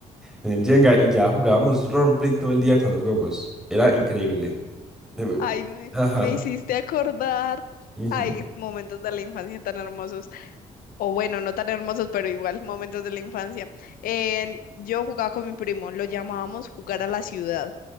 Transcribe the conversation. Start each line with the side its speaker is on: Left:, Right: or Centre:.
Centre: en el Jenga y ya jugábamos roleplay todo el día con los gogos. Era increíble. Eh,
Left: Ay, me,
Centre: Ajá.
Left: me hiciste acordar.
Centre: ujú.
Left: Ay, momentos de la infancia tan hermosos. O bueno, no tan hermosos, pero igual, momentos de la infancia. En- yo jugaba con mi primo, lo llamábamos jugar a la ciudad.